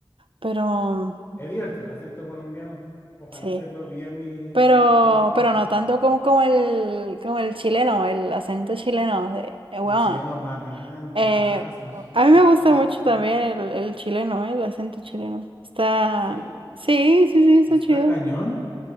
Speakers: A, on the right (about 70°); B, on the left (about 25°).
A: pero
B: Es divertido el acento colombiano. Ojalá
A: sí,
B: hacerlo bien mi,
A: pero,
B: mi, ¿cómo se dice? Mi
A: pero
B: parso.
A: no tanto como, como el, como el chileno, el acento chileno de, wow,
B: El chileno es bacán, ¿qué
A: Eh,
B: pasa? El chileno,
A: a mí me
B: ya,
A: gusta mucho
B: ay, qué guam.
A: también el, el chileno, eh, el acento chileno. Está,
B: ¿Sí?
A: sí, sí, sí, está
B: ¿Está
A: chido.
B: cañón?